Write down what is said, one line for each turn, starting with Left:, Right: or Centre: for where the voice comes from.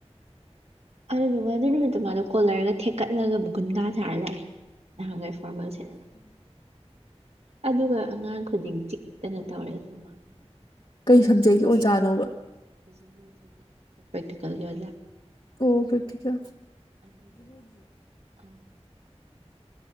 Right: ꯑꯗꯨꯗꯨꯒ ꯑꯗꯨ ꯅꯨꯃꯤꯠꯇꯨ ꯃꯥꯗꯣ ꯀꯣꯜꯂꯔꯒ ꯊꯦꯛꯀꯠꯂꯒ ꯒꯨꯟꯗꯥ ꯊꯥꯔ ꯂꯥꯛꯑꯦ ꯍꯉꯥꯏ ꯐꯣꯔꯃꯦꯜꯁ ꯑꯗꯨꯒ ꯑꯉꯥꯡ ꯈꯨꯗꯤꯡ ꯆꯤꯛꯇꯅ ꯇꯧꯔꯦ ꯑꯗꯨꯃ
Left: ꯀꯩ ꯁꯝꯖꯩꯒꯦ ꯑꯣꯖꯥꯅꯣꯕ
Right: <unintelligible> ꯄ꯭ꯔꯦꯛꯇꯤꯀꯦꯜꯒꯤ ꯑꯣꯖꯥ
Left: ꯑꯣ ꯄ꯭ꯔꯤꯇꯀ
Right: ꯑ ꯇ ꯑ <unintelligible>